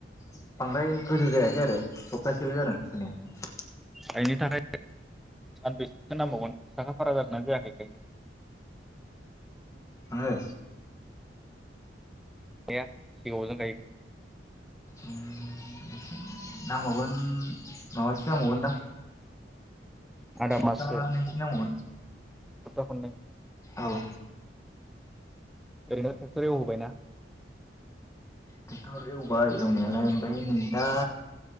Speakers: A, on the left; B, in the centre.
A: बांद्राय गोजौ जायाखै आरो स सबथासेल जादों फोनाया।
B: बेनि थाखाय सानबेसेसो नांबावगोन साखा फारा जादोंना जायाखै गायनो?
A: आङो।
B: <unintelligible> बेसे गोबावजों गायगोन।
A: उम नांबावगोन। माबासो नांबावगोनदां
B: आदा
A: सप्तानैसो
B: माससो
A: नांबावगोन।
B: सप्ता खननै।
A: औ।
B: ओरैनो ट्रेक्टर एवहोबायना?
A: टेक्टर एवबाय एवनायालाय ओमफाय नै दा